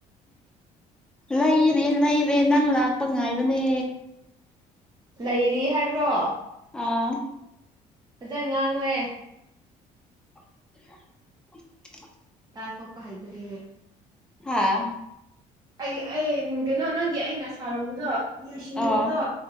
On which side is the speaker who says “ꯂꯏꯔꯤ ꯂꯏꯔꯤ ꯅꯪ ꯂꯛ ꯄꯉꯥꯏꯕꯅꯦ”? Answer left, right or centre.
Centre